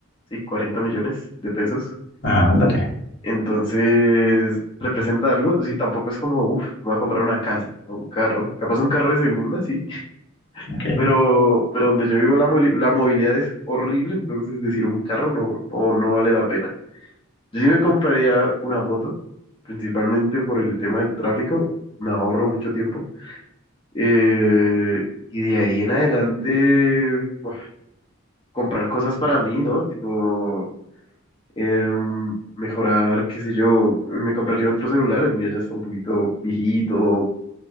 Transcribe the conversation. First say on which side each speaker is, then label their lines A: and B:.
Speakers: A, on the left; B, on the left.
A: sí, 40 millones de pesos.
B: Ah, ándale,
A: Entonces, representa algo, sí, tampoco es como, uf, me voy a comprar una casa o un carro, capaz un carro de segunda, sí,
B: ok.
A: pero, pero donde yo vivo la, moli- la movilidad es horrible, entonces decir un carro no, no, no vale la pena. Yo sí me compraría una moto, principalmente por el tema del tráfico, me ahorro mucho tiempo. Eh, y de ahí en adelante, buah, comprar cosas para mí, ¿no? Tipo, em, mejorar, qué sé yo, me compraría otro celular, el mío ya está un poquito viejito.